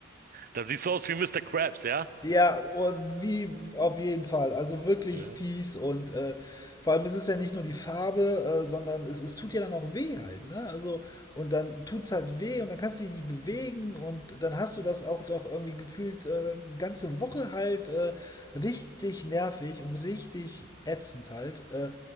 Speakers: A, on the right; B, on the left.
A: Dann siehst du aus wie Mister Krabs, ja?
B: Ja, oh, wie auf jeden Fall. Also wirklich
A: <laughs>
B: fies und äh, vor allem ist es ja nicht nur die Farbe, äh, sondern es, es tut ja dann auch weh halt, ne? Also und dann tut's halt weh und dann kannst du dich nicht bewegen und dann hast du das auch doch irgendwie gefühlt äh, ganze Woche halt äh, richtig nervig und richtig ätzend halt. Äh,